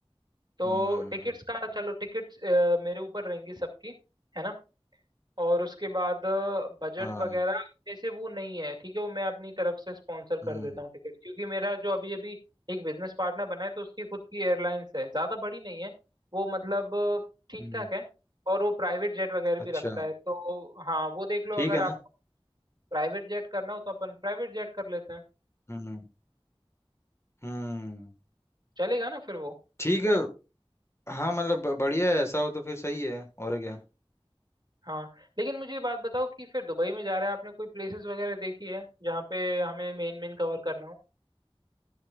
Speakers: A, on the right; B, on the left.
A: तो
B: हम्म
A: टिकट्स का चलो टिकट्स मेरे ऊपर रहेंगी सबकी है ना और उसके बाद बजट
B: हाँ
A: वगैरह जैसे वो नहीं है ठीक है वो मैं अपनी तरफ से स्पॉन्सर
B: हम्म
A: कर देता हूँ टिकट क्योंकि मेरा जो अभी अभी एक बिजनेस पार्टनर बना है तो उसकी खुद की एयरलाइंस है ज़्यादा बड़ी नहीं है वो मतलब ठीक
B: हम्म
A: ठाक है और वो प्राइवेट जेट वगैरह भी
B: अच्छा
A: रखता है तो हाँ वो देख लो
B: ठीक
A: अगर
B: है
A: आप
B: ना
A: प्राइवेट जेट करना हो तो अपन प्राइवेट जेट कर लेते हैं
B: हम्म हम्म
A: चलेगा ना फिर वो
B: ठीक है हाँ मतलब ब- बढ़िया है ऐसा हो तो फिर सही है और क्या
A: हाँ लेकिन मुझे ये बात बताओ कि फिर दुबई में जा रहे हैं आपने कोई प्लेसेस वगैरह देखी है जहाँ पे हमें मेन मेन कवर करना हो